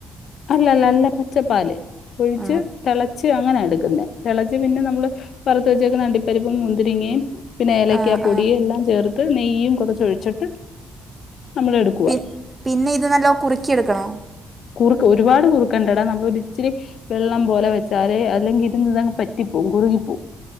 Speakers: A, on the left; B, on the right.
A: അല്ലല്ലാ നല്ല പച്ചപ്പാല് ഒഴിച്ച്
B: ആ
A: തിളച്ച് അങ്ങനാ എടുക്കുന്നേ തിളച്ച് പിന്നെ നമ്മള് വറുത്ത് വെച്ചേക്കുന്നേ അണ്ടിപ്പരിപ്പും മുന്തിരിങ്ങയും പിന്നെ ഏലക്ക
B: ആ
A: പൊടിയും
B: ആ ആ
A: എല്ലാം ചേർത്ത് നെയ്യും കുറച്ച് ഒഴിച്ചിട്ട് നമ്മൾ എടുക്കുവാ
B: പി പിന്നെ ഇത് നല്ല കുറുക്കിയെടുക്കണോ
A: കുറുക്ക് ഒരുപാട് കുറുക്കേണ്ടടാ നമ്മള് ഒരു ഇച്ചിരി വെള്ളം പോലെ വെച്ചാലേ അല്ലെങ്കിൽ ഇരുന്ന് ഇതങ്ങ് പറ്റിപ്പോകും കുറുകി പോകും